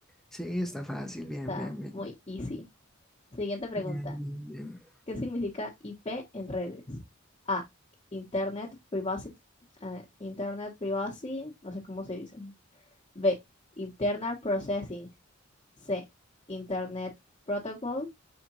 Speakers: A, in the centre; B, on the left.
A: Sí, está fácil, bien,
B: Está
A: bien, bien.
B: muy easy. Siguiente pregunta.
A: Bien, bien, bien.
B: ¿Qué significa IP en redes? A, Internet Privacy, eh, Internet Privacy, no sé cómo se dice. B, Internal Processing. C, Internet Protocol.